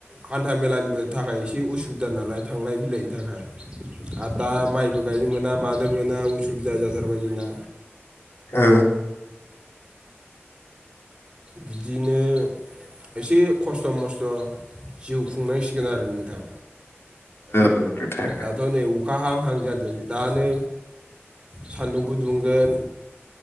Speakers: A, on the right; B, on the left.
A: हान्था मेलानिबो थाखाय एसे उसुबिदा नालाय थांलाय फैलायनि थाखाय। आर दा माइबो गायनो मोना मानो मोना उसुबिदा जाथारबाय जोंना।
B: ओ
A: बिदिनो एसे खस्थ' मस थ' जिउ खुंनांसिगोन आरो नोंथां।
B: औ नोंथां
A: दाथ' नै अखा हां हां जादों दानो सान्दुंबो दुंगोन